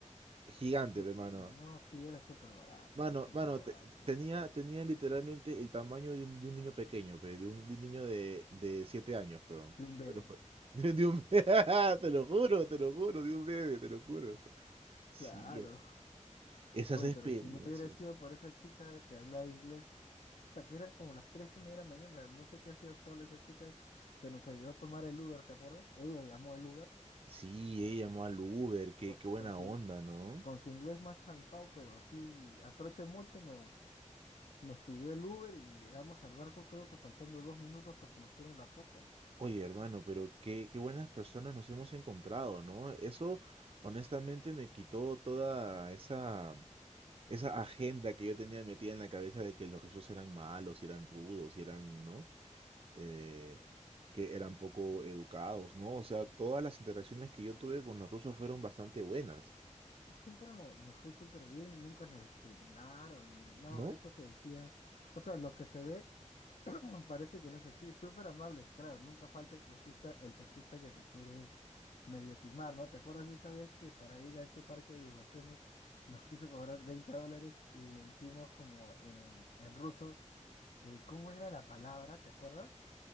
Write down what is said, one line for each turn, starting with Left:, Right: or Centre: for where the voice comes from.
Right: Gigante,
Left: Sí,
Right: pe, mano.
Left: no, sí, era súper barato,
Right: Mano,
Left: era súper
Right: mano,
Left: barato.
Right: te- te- tenía, tenía literalmente el tamaño de un, de un niño pequeño, pe, de un, de un niño de, de 7 años, peón.
Left: De un bebé,
Right: Te lo juro. <laughs> De un- <laughs> te lo juro, te lo juro, de un bebé, te lo juro. Sí,
Left: claro.
Right: era- esas
Left: Oye,
Right: experiencias.
Left: pero si no hubiera sido por esa chica que hablaba inglés, hasta que eran como las tres y media de la mañana, no sé qué hacía sola esa chica que nos ayudó a tomar el Uber, ¿te acuerdas? Ella llamó el Uber
Right: Sí, ella llamó al Uber, qué,
Left: co-
Right: qué buena
Left: con su,
Right: onda,
Left: in-
Right: ¿no?
Left: con su inglés más chancado, pero así a troche moche nos, nos pidió el Uber y llegamos al barco creo que faltando dos minutos para que nos cierren la puerta.
Right: Oye, hermano, pero qué, qué buenas personas nos hemos encontrado, ¿no? Eso honestamente me quitó toda esa, esa agenda que yo tenía metida en la cabeza de que los rusos eran malos, y eran rudos, y eran, ¿no? Eh, que eran poco educados, ¿no? O sea, todas las interacciones que yo tuve con los rusos fueron bastante buenas,
Left: sí, siempre no- nos fue súper bien, nunca nos discriminaron ni nada
Right: ¿no?
Left: de eso que decía. O sea, lo que se ve <clears throat> parece que no es así, súper amables, claro, nunca falta el clasista, el taxista que te quiere medio timar, ¿no? ¿Te acuerdas esa vez que para ir a ese parque de diversiones nos quiso cobrar 20 dólares y le dijimos como en, en ruso, eh, ¿cómo era la palabra? ¿Te acuerdas?